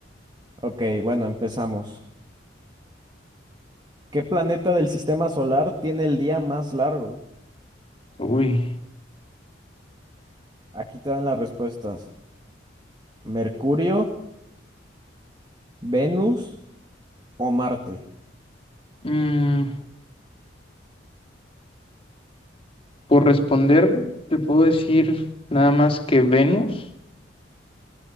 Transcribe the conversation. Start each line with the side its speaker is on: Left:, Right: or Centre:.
Right: Ok, bueno, empezamos. ¿Qué planeta del sistema solar tiene el día más largo?
Left: Uy.
Right: Aquí te dan las respuestas. ¿Mercurio, Venus o Marte?
Left: Mm, por responder, te puedo decir nada más que Venus.